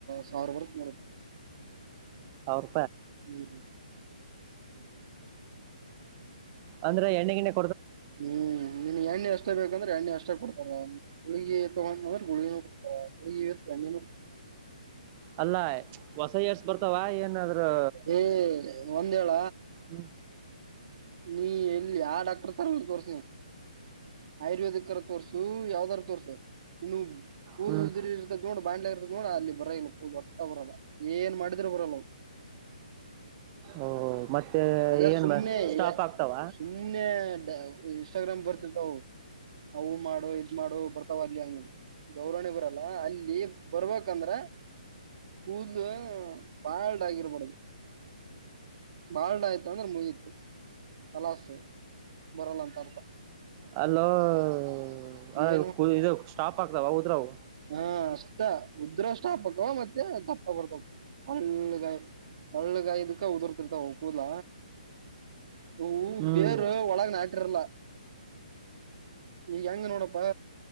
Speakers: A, on the right (about 45°); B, on the right (about 20°).
A: ಸಾವಿರ ಬರುತ್ ನೋಡುಪ್
B: ಅವ್ರ್
A: ಹ್ಮ್
B: ಅಂದ್ರೆ ಎಣ್ಣೆಗಿಣ್ಣೆ
A: ಹ್ಮ್ ನಿನಗ್ ಎಣ್ಣೆ ಎಷ್ಟ ಬೇಕಂದ್ರೆ ಎಣ್ಣೆ ಎಷ್ಟ ಕೊಡ್ತಾರೆ ಗುಳಗಿ ತೊಗೊಂಡ ಅಂದ್ರೆ ಗುಳಗಿ <unintelligible> ಎಣ್ಣಿನು ಕೊಡ್ತರ್
B: ಅಲ್ಲ ಹೊಸ ಇಯರ್ಸ್ ಬರ್ತಾವ ಏನಾದ್ರೂ
A: ಏ ಒಂದೇಳ
B: ಹ್ಮ್
A: ನೀ ಎಲ್ಲಿ ಯಾ ಡಾಕ್ಟರ್ ತರ ತೋರ್ಸಿ ಆಯುರ್ವೇದಿಕ್ ಅರ ತೋರ್ಸು ಯಾವ್ದಾರ ತೋರ್ಸ ನೀ ಕೂದಲು
B: ಹ್ಮ್
A: ಉದರಿ ಇರ್ತದ ನೋಡ ಬಾಣ್ಲೆ ಇರ್ದ ನೋಡ ಅಲ್ಲಿ ಬರೋ ಇಲ್ಲ ಕ ಹೊಟ್ಟ ಬರಲ್ಲ ಏನ್ ಮಾಡಿದ್ರು ಬರಲವು
B: ಓ ಮತ್ತೆ
A: ಆಗ
B: ಏನ್
A: ಸುಮ್ನೆ
B: ಮ ಸ್ಟಾಪ್ ಆಗ್ತಾವ
A: ಸುಮ್ನೆ ಇನ್ಸ್ಟಾಗ್ರಾಮ್ ಬರ್ತಿತವು ಅವು ಮಾಡು ಇದ್ ಮಾಡು ಬರ್ತಾವಲ್ಲಿ ಹಂಗ್ ದೇವರಾಣಿ ಬರಲ್ಲ ಅಲ್ಲಿ ಬರ್ಬೇಕಂದ್ರ ಕೂದಲು ಪಾಲ್ಡ್ ಆಗಿರಬಾರ್ದು ಬಾಲ್ಡ ಆಯ್ತ ಅಂದ್ರೆ ಮುಗಿತ್ ಕಲಾಸು ಬರಲ್ಲ ಅಂತ ಅರ್ಥ
B: ಅಲ್ಲೋ <unintelligible>
A: ಏನು
B: ಸ್ಟಾಪ್ ಆಗ್ತಾವ ಉದ್ರವು
A: ಹಾ ಅಷ್ಟ ಉದ್ರಕ್ ಸ್ಟಾಪ್ ಆಗ್ತಾವ್ ಮತ್ತೆ ದಪ್ಪ ಬರ್ತಕವ್ <unintelligible> ಹಳ್ಳಗಾಯದಕ್ಕ ಉದುರ್ತಿರ್ತಾವ ಕೂದ್ಲ ಹ
B: ಹ್ಮ್
A: ಬೇರ್ ಒಳಗ ನಾಟಿರಲ್ಲ ಈಗ ಹೆಂಗ ನೋಡಪ್ಪಾ